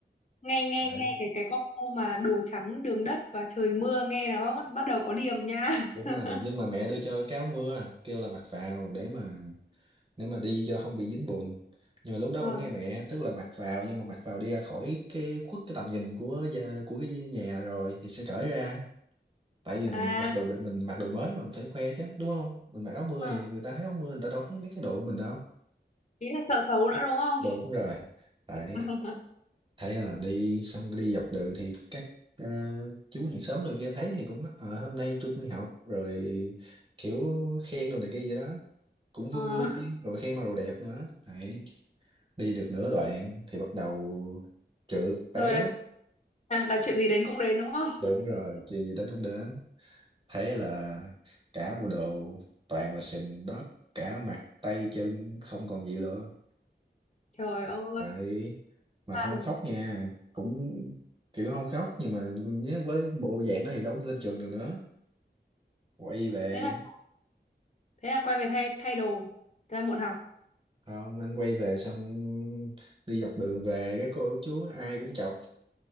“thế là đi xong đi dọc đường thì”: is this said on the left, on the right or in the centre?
Right